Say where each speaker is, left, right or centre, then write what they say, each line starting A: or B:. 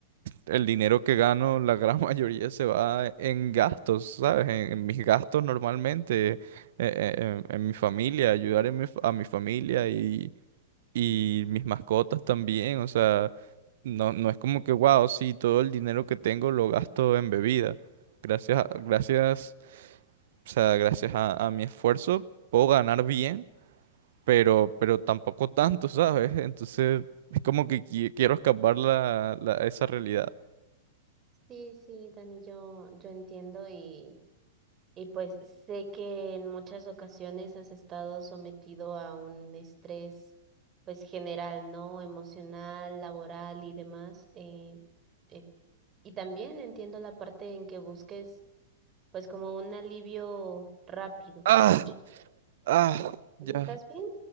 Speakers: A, on the right; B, on the right.
A: el dinero que gano, la gran <laughs> mayoría se va en gastos, ¿sabes?
B: Mm.
A: En, en mis gastos normalmente, eh, eh, en, en mi familia, ayudar en mi fa- a mi familia y mis mascotas también, o sea, no, no es como que, wow, sí, todo el dinero que tengo lo gasto en bebida. Gracias, a- gracias, o sea, gracias a, a mi esfuerzo puedo ganar bien, pero, pero tampoco tanto, ¿sabes? Entonces es como que qui- quiero escapar la, la- esa realidad.
B: Sí, sí, Dani, yo, yo entiendo y Y pues sé que en muchas ocasiones has estado sometido a un estrés, pues general, ¿no? Emocional, laboral y demás. eh, eh, y también entiendo la parte en que busques, pues como un alivio rápido.
A: ¡Ah!
B: Y y,
A: ¡Ah! Ya,
B: estás bien,